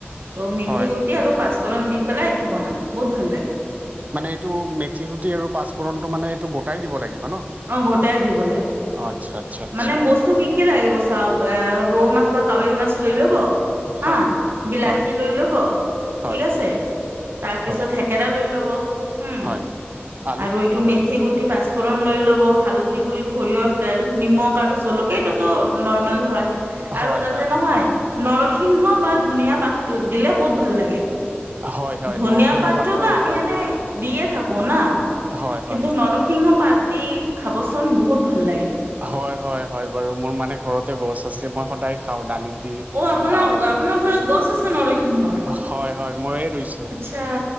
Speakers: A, on the right (about 60°); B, on the right (about 40°).
A: অ মিথি
B: হয়
A: গুটি আৰু পাচ ফোৰণ দি পেলাই এইটো বনাম বহুত ভাল লাগে।
B: মানে এইটো মিথি গুটি আৰু পাঁচফোৰণটো মানে এইটো গোটাই দিব লাগিব ন।
A: অ গোটাই দিব লাগে।
B: আচ্ছা। আচ্ছা আচ্ছা
A: মানে বস্তু কি কি লাগিব চাওঁক এ ৰৌ মাছ বা কাৱৈ মাছ লৈ ল'ব
B: হয়
A: আ বিলাহী
B: হয়
A: লৈ ল'ব
B: হয়
A: ঠিক আছে। তাৰপিছত
B: হয়
A: থেকেৰা লৈ ল'ব উম
B: হয় আলু
A: আৰু এইটো মেথ মিথি গুটি পাঁচফোৰণ লৈ ল'ব হালধি গুড়ি সৰিয়হৰ তেল। নিমখ আৰু জলকীয়া এইটোত নৰ্মেল হয় আৰু
B: হয়
A: তাতে
B: হয়
A: নহয়
B: হয়
A: নৰসিংহ বা ধনিয়া পাতটো দিলে বহুত ভাল লাগে।
B: হয় হয়
A: ধনিয়া
B: নৰসিংহ
A: পাতটোত
B: পাতটো
A: আমি
B: হয়
A: এনেই দিয়ে থাকো না
B: হয়
A: কিন্তু
B: হয়
A: নৰসিংহ পাত দি খাবছোঁন বহুত ভাল লাগে।
B: হয় হয় হয় বাৰু মোৰ মানে ঘৰতে গছ আছে মই সদায় খাওঁ ডালিত দি
A: অ আপোনাৰ
B: আ
A: আপোনাৰ ঘৰত গছ আছে নৰসিংহৰ
B: হয় হয় ময়ে ৰুইছোঁ
A: ছা